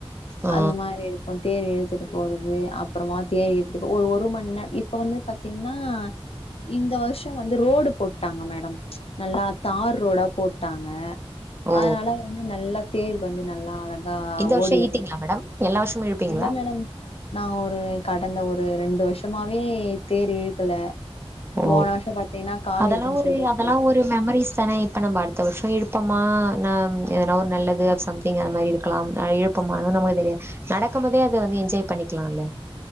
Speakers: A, on the right (about 25°); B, on the left (about 65°).
A: ஆ
B: அந்த மாரி இருக்கு தேர் இழுத்துட்டு போறது அப்புறமா தே இழுத்துட்டு போ ஒரு ஒரு மணி நேர் இப்ப வந்து பாத்தீங்ன்னா இந்த வர்ஷ் ஷோ வந்து ரோடு போட்டாங்க மேடம் நல்லா தார் ரோடா போட்டாங்க
A: ஓ
B: அதனால வந்து நல்லா தேரு வந்து நல்லா அழ கா
A: இந்த வருஷோ
B: ஓடி
A: இழுத்தீங்களா
B: வந்து
A: மேடம் எல்லா வருஷமு இழுப்பீங்களா
B: இல்ல மேடம் நா ஒரு கடந்த ஒரு ரெண்டு வர்ஷமாவே தேர் இழுக்கல
A: ஓ
B: போன வருஷோ பாத்தீங்கன்னா காலேஜ்ன்னு
A: அதெல்லா ஒரு
B: சொல்ட்டு
A: அதெல்லா
B: போயிட்டே
A: ஒரு மெமரிஸ் தானே இப்ப நம்ப அடுத்த வர்ஷோ இழுப்போமா நா எதனா ஒரு நல்லது சம்திங்கு அது மாரி இருக்கலாம் அ எப் இப்போமானு நம்மளுக் தெரியாத் நடக்கும் போதே அத வந்து என்ஜாய் பண்ணிக்லால